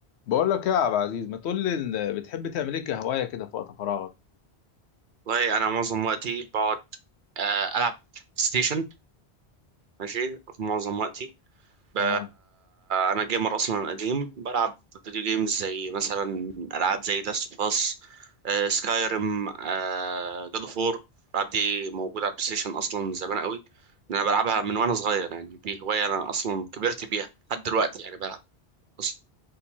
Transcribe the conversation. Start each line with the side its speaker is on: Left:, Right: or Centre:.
Left: بقول لك يا عبد العزيز ما تقول لي إن بتحب تعمل ايه كهوايه كده في وقت فراغك
Right: والله انا معظم وقتي بقعد آه، العب ستيشن ماشي في معظم وقتي
Left: تمام
Right: ب... انا جيمر اصلا قديم بلعب فيديو جيمز زي مثلا العاب زي لاست اوف اس سكايريم جاد اوف وور الالعاب دي موجوده على البلاي ستيشن اصلا من زمان قوي انا بلعبها من وانا صغير يعني دي هوايه انا اصلا كبرت بيها لحد دلوقتي يعني بلعب اصلا